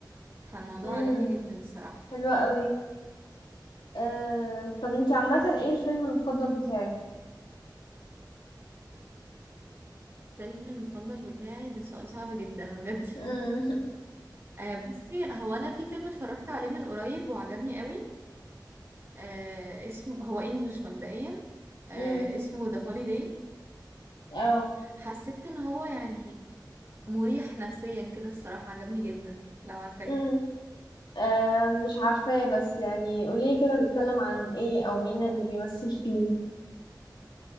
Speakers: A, on the right; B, on the left.
A: فالموضوع
B: امم
A: عجبني جدا الصراحة
B: حلوة قوي آه طب انتي عامة ايه الفيلم المفضل بتاعك
A: فيلم المفضل بتاعي ده سؤال صعب جدا بجد
B: امم
A: آه بصي هو انا في فيلم اتفرجت عليه من قريب وعجبني قوي آه اسمه هو انجلش مبدئيا آه
B: امم
A: اسمه The Holiday
B: اه
A: حسيت ان هو يعني مريح نفسيا كده الصراحة عجبني جدا لو عارفاه
B: امم آه مش عارفاه بس يعني قولي كده بيتكلم عن ايه او مين اللي بيمثل فيه